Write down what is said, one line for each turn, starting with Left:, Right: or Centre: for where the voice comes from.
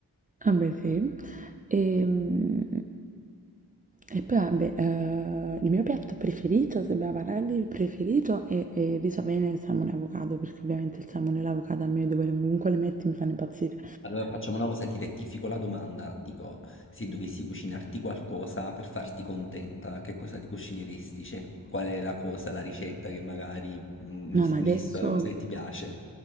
Right: Ah beh sì. Ehm, e poi vabbè, eh, il mio piatto preferito, se dobbiamo parlare di preferito, è, è il riso bene e il salmone e avocado, perché ovviamente il salmone e l'avocado a me dove comunque li metti mi fanno impazzire.
Left: Allora facciamo una cosa, ti rettifico la domanda. Dico, se dovessi cucinarti qualcosa per farti contenta, che cosa ti cucineresti? Cioè, qual è la cosa, la ricetta che magari mm, mis-
Right: No, ma
Left: misto
Right: adesso,
Left: alla cosa che ti piace?